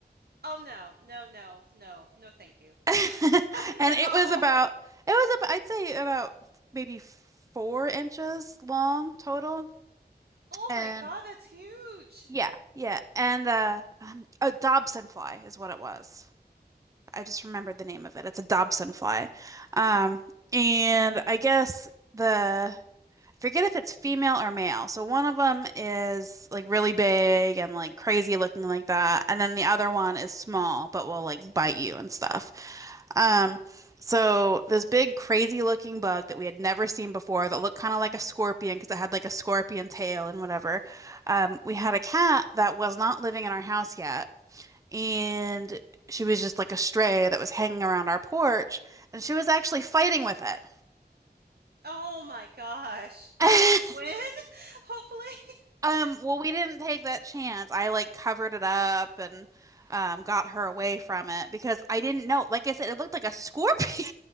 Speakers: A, on the right; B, on the right.
A: Oh no. No, no. No. No, thank you.
B: <laughs>
A: <laughs>
B: And it
A: No.
B: was about it was about I'd say about maybe four inches long total.
A: Oh
B: And
A: my God, that's huge.
B: yeah, yeah. And uh um, a Dobson fly is what it was. I just remembered the name of it. It's a Dobson fly. Um and I guess the I forget if it's female or male. So one of them is like really big and like crazy looking like that, and then the other one is small but will like bite you and stuff. Um, so this big crazy looking bug that we had never seen before that looked kind of like a scorpion because it had like a scorpion tail and whatever. Um, we had a cat that was not living in our house yet, and she was just like a stray that was hanging around our porch, and she was actually fighting with it.
A: Oh my gosh.
B: <laughs>
A: Did she win? <laughs> Hopefully. <laughs>
B: Um, well, we didn't take that chance. I like covered it up and um, got her away from it because I didn't know. Like I said, it looked like a scorpion,